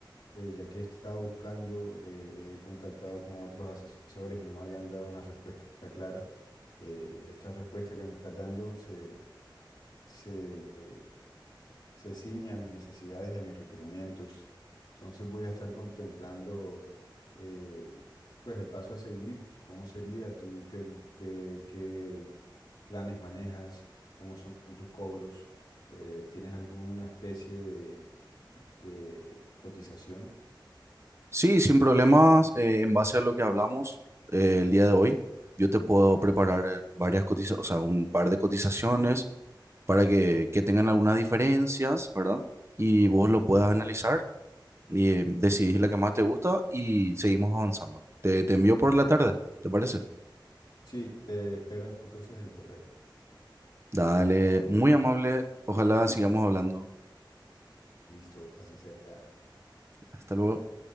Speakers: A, on the left; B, on the right.
A: eh, ya que he estado buscando, eh, he contactado con otros asesores y no me habían dado una respuesta clara. Eh, esta respuesta que me estás dando se, se, eh, se ciña a mis necesidades y a mis requerimientos. Entonces voy a estar contemplando eh, pues el paso a seguir, cómo sería tú, qué, qué- qué planes manejas, cómo son tus cobros, eh, ¿tienes alguna especie de, de cotización?
B: Sí, sin problemas, eh, en base a lo que hablamos eh, el día de hoy, yo te puedo preparar eh, varias cotizaciones, o sea, un par de cotizaciones para que, que tengan algunas diferencias, ¿verdad? Y vos lo puedas analizar y eh, decidís la que más te gusta y seguimos avanzando. Te, te envío por la tarde, ¿te parece?
A: Sí, te espero entonces el correo.
B: Dale, muy amable, ojalá sigamos hablando.
A: Listo, así será.
B: Hasta luego.